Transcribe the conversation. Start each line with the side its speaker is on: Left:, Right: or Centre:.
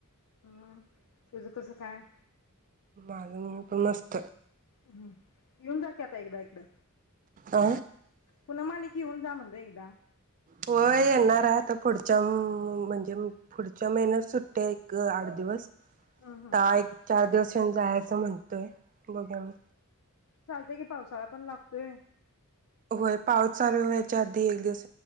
Left: हम् तुझं कसं काय?
Right: माज मन नस्त
Left: हम्म येऊन जा की आता एकदा इकडं
Right: अ
Left: पुन्हा मालिक येऊन जा म्हणलं एकदा
Right: होय येणार आहे आता पुढच्या म्हणजे पुढच्या महिन्यात सुट्टते एक आठ दिवस
Left: हम्म हम्म
Right: ता एक चार दिवस पण जायचं म्हणतोय बघूया मग
Left: चालतय कि पावसाळा पण लागतोय
Right: होय पाऊस चालू व्हायच्या आधी एक दिवस